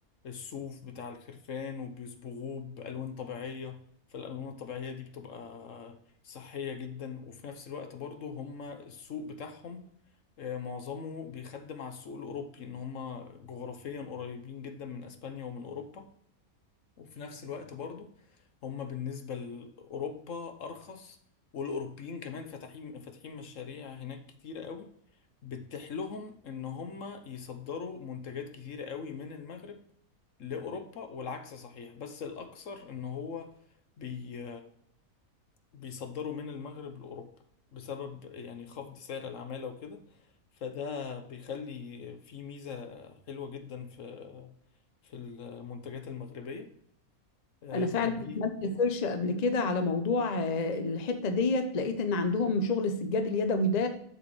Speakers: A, on the left; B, on the left.
A: الصوف بتاع الخرفان وبيصبغوه بألوان طبيعية فالألوان الطبيعية دي بتبقى آه، صحية جدا وفي نفس الوقت برضو هم السوق بتاعهم آه، معظمه بيخدم على السوق الأوروبي إن هم جغرافيا قريبين جدا من أسبانيا ومن أوروبا وفي نفس الوقت برضو هم بالنسبة لأوروبا أرخص والأوروبيين كمان فاتحين فاتحين مشاريع هناك كتير قوي بتتيح لهم إن هم يصدروا منتجات كتير قوي من المغرب لأوروبا والعكس صحيح بس الأكثر إن هو بي بيصدروا من المغرب لأوروبا بسبب يعني خفض سعر العمالة وكده فده بيخلي في ميزة حلوة جدا في في المنتجات المغربية آه،
B: انا فعلا
A: فدي
B: عملت سيرش قبل كده على موضوع آه، الحته ديت لقيت ان عندهم شغل السجاد اليدوي ده